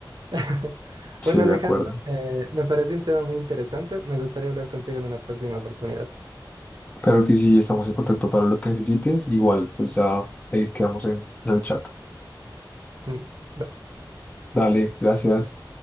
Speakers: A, on the right (about 60°); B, on the left (about 15°).
A: <laughs>
B: Sí,
A: Bueno, Alejandro,
B: de acuerdo.
A: eh, me pareció un tema muy interesante. Me gustaría hablar contigo en una próxima oportunidad.
B: Claro que sí, estamos en contacto para lo que necesites. Igual, pues ya ahí quedamos en en el chat.
A: Mm, bye.
B: Dale, gracias.